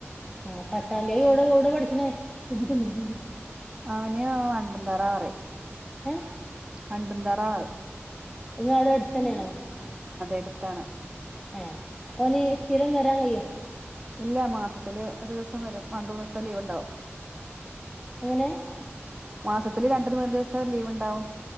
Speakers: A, in the centre; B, on the right.
A: ആ പട്ടാമ്പിയ ഒവ്ടെ ഒവ്ടെ പഠിച് <unintelligible>
B: അവന് വണ്ടുംതറാറിം
A: ഏ
B: വണ്ടുംതാറാറിം
A: ത് ങ്ങളെ അവ്ടെ അട്ത്തന്നേണോ
B: എടുത്താണ്
A: ഏ ഓന് സ്ഥിരം വരാൻ കഴിയോ
B: ഇല്ല മാസത്തില് ഒരുസം വരും രണ്ട് മൂന്ന് ദിവസത്തെ ലീവ്ണ്ടാവും
A: എങ്ങനെ
B: മാസത്തില് രണ്ടു മൂന്ന് ദിവസം ലീവ്ണ്ടാവും